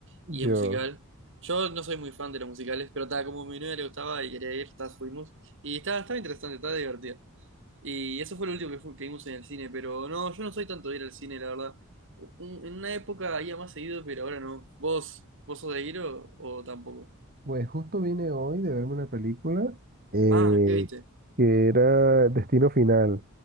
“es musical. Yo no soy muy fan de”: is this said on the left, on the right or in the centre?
Right